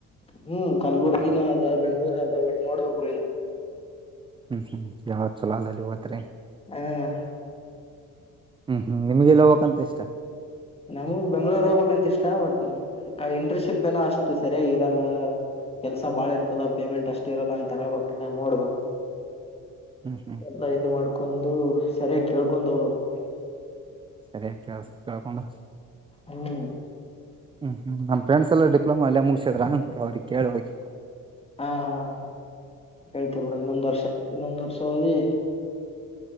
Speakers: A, on the left; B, on the right.
A: ಹ್ಮ್ ಕಲಬುರ್ಗಿನಾದ ಬೆಂಗ್ಳೂರಾದ ಬಟ್ ನೋಡ್ಬೇಕು ಗುರು ಇನ
B: ಹ್ಮ್ ಹ್ಮ್ ಯಾವದ ಚಲೋ ಆದ ಅಲ್ಲಿಗ ಹೋತ್ತಿರಿ
A: ಹ್
B: ಹ್ಮ್ ಹ್ಮ್ ನಿಮ್ಗೆಲ್ಲ ಹೋಬೇಕ್ಂತ ಇಷ್ಟ
A: ನಮಗು ಬೆಂಗ್ಗಳೂರ್ ಹೋಬೇಕಂತ ಇಷ್ಟ ಬಟ್ ಇಂಟರ್ನ್ಶಿಪ್ ಏನೋ ಅಷ್ಟು ಸರಿಯಾಗಿ ಇರಲ್ಲ ಕೆಲ್ಸ ಬಾಳ ಇರ್ತದ ಪೇಮೆಂಟ್ ಅಷ್ಟ ಇರಲ್ಲ ಅಂತರ ಇನ್ನ್ ನೋಡ್ಬೇಕ
B: ಹ್ಮ್ ಹ್ಮ್
A: ಎಲ್ಲ ಇದು ಮಾಡ್ಕೊಂಡು ಸರಿಯಾಗಿ ಕೇಳ್ಕೊಂಡ್ ಹೋಬೇಕ್
B: ಸರಿಯಾಗ ಕೇಳಸ್ ಕೇಳ್ಕೊಂಡು
A: ಹ್ಮ್
B: ಹ್ಮ್ ಹ್ಮ್ ನಮ್ ಫ್ರೆಂಡ್ಸ್ ಎಲ್ಲ ಡಿಪ್ಲೊಮಾ ಎಲ್ಲೇ ಮುಗಸಿದ್ರ ಅವ್ರಿಗ್ ಕೇಳ ಹೋಗಿ
A: ಹ್ ಹ್ ಹೇಳ್ತಿವ್ ಬ್ರೋ ಇನ್ನೊಂದ್ ವರ್ಷ ಇನ್ನೊಂದ್ ವರ್ಷ ಓದಿ